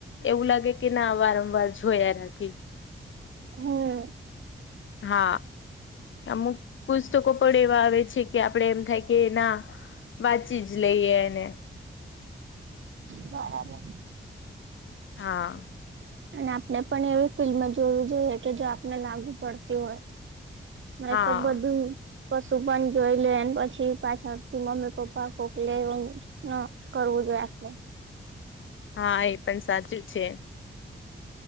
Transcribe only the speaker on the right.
હમ્મ.
બરાબર.
અને આપણે પણ એવી ફિલ્મ જોવી જોઈએ કે જો આપને લાગુ પડતી હોય. ના
તો બધું કશું પણ જોઈ લે પછી પાછળથી મમ્મી પપ્પા ખોકલે ન કરવું જોઈએ આપણે.